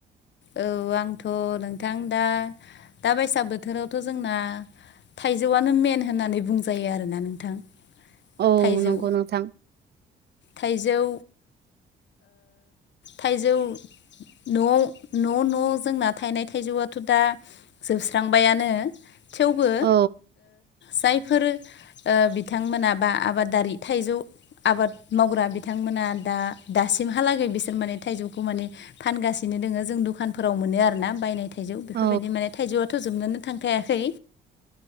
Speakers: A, on the left; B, on the right.
A: औ आंथ' नोंथां दा दा बैसाग बोथोरावथ' जोंना थाइजौआनो मेन होननानै बुंजायो आरोना नोंथां
B: औ
A: थाइजौ
B: नंगौ नोंथां
A: थाइजौ थाइजौ न'आव न' न' जोंना थाइनाय थाइजौआथ' दा जोबस्रांबायानो थेवबो
B: औ
A: जाय फोर बिथांमोना बा आबादारि थाइजौ आबाद मावग्रा बिथांमोना दा दासिमहालागै बिसोर माने थाइजौखौ माने फानगासिनो दोङो जों दखानफोराव मोनो आरोना बायनाय थाइजौ बेफोरबायदि
B: औ
A: माने थाइजौआथ' जोबनोनो थांखायाखै